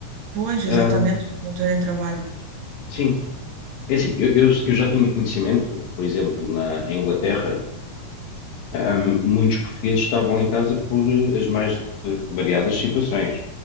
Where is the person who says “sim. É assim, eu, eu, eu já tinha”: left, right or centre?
Left